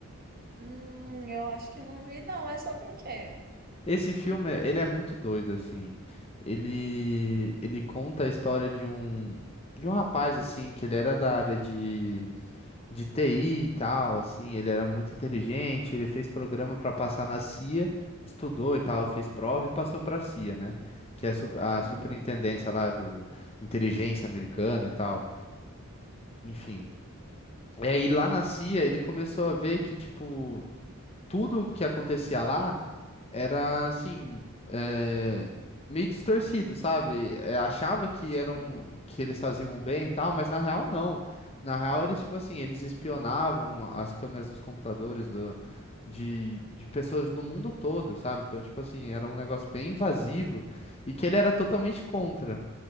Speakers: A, on the right (about 40°); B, on the left (about 25°).
A: Hum, eu acho que não vi, não. É sobre o quê?
B: Esse filme, ele é muito doido, assim, ele, ele conta a história de um, de um rapaz, assim, que ele era da área de de TI e tal, assim, ele era muito inteligente, ele fez programa para passar na CIA, estudou e tal, fez prova e passou para a CIA, né? Que é a su- a
A: Uhum,
B: superintendência lá do inteligência americana e tal. Enfim. E aí lá na CIA ele começou a ver que, tipo, tudo que acontecia lá era assim, é, meio distorcido, sabe? É, achava que
A: sim.
B: eram que eles faziam bem e tal, mas na real não. Na real eles tipo assim, eles espionavam as câmeras dos computadores do, de, de pessoas do mundo todo, sabe? Então tipo assim, era um negócio bem invasivo e que ele era totalmente contra.